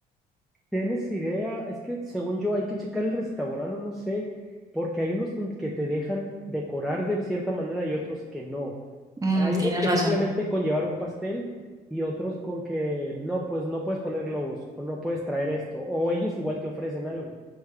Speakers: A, in the centre; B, on the right.
A: ¿Tienes idea? Es que según yo hay que checar el restaurante, no sé, porque hay unos don- que te dejan decorar de cierta manera y otros que no.
B: Mm,
A: Hay
B: tienes
A: unos que
B: razón.
A: simplemente con llevar un pastel y otros con que no, pues no puedes poner globos o no puedes traer esto, o ellos igual te ofrecen algo.